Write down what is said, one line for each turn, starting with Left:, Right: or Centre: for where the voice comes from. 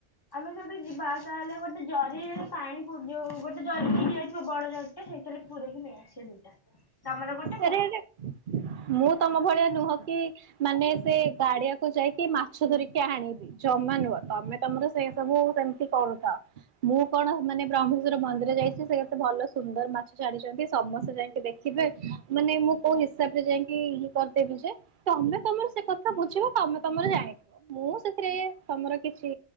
Left: ଆମେ ଯେତ ତାହେଲେ ଗୋଟେ ଜରିରେ ପାଣି ପୁ ଯଉ ଗୋଟେ ଜରି ଦେଇି ଯାଇଥିବ ବଡ ଜର ସେଇଥିରେ ପୁରେଇକି ନେଇଆସିବା ଦିଟା ତମର ଗୋଟେ ମୋର
Right: ଆରେ ଆରେ
Left: ଗୋଟେ।
Right: ମୁଁ ତମ ଭଳିଆ ନୁହଁ କି ମାନେ ସେ ଗାଡିଆକୁ ଯାଇକି ମାଛ ଧରିକି ଆଣିବି ଜମା ନୁହଁ ତମେ ତମର ସେ ସବୁ ସେମିତି କରୁଥାଅ ମୁଁ କଣ ମାନେ ବ୍ରହ୍ମେଶ୍ଵର ମନ୍ଦିର ଯାଇଛି ସେ କେତେ ଭଲ ସୁନ୍ଦର ମା ଛାଡିଛନ୍ତି ସମସ୍ତେ ଯାଇକି ଦେଖିବେ ମାନେ ମୁଁ କୋଉ ହିସାବ ରେ ଯାଇକି ଇଏ କରିଦେବି ଯେ ତମେ ତମର ସେ କଥା ବୁଝିବ ତମେ ତମର ଜାଣିଥିବ ମୁଁ ସେଥିରେ ତମର କିଛି